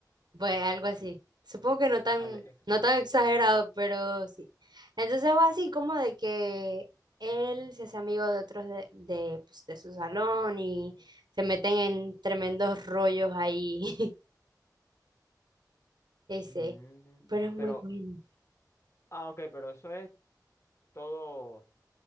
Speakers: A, on the right; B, on the left.
A: Pues algo
B: Así.
A: así. Supongo que no tan,
B: Así. Ex-
A: no tan exagerado, pero sí. Entonces va así como de que él se hace amigo de otros de, de, pues, de su salón y se meten en tremendos rollos ahí. <laughs> Ese.
B: Mm,
A: Pero es muy
B: pero...
A: bueno.
B: Ah, ok, pero eso es todo...